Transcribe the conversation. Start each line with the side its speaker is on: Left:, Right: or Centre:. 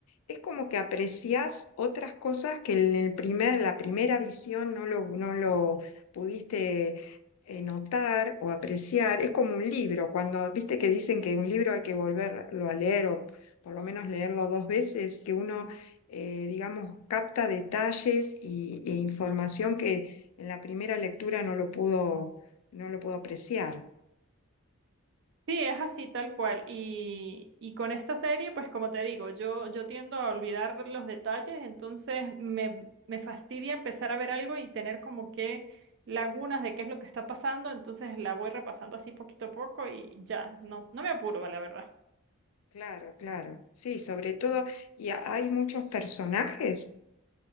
Left: es como que apreciás otras cosas que en el primer, la primera visión no lo, no lo pudiste eh, notar o apreciar. Es como un libro, cuando viste que dicen que un libro hay que volverlo a leer o por lo menos leerlo dos veces, que uno, eh, digamos, capta detalles y, e información que en la primera lectura no lo pudo, no lo pudo apreciar.
Right: Sí, es así tal cual. Y, y con esta serie, pues como te digo, yo, yo tiendo a olvidar los detalles, entonces me, me fastidia empezar a ver algo y tener como que lagunas de qué es lo que está pasando, entonces la voy repasando así poquito a poco y ya, no, no me apuro, la verdad.
Left: Claro, claro. Sí, sobre todo, y a- hay muchos personajes.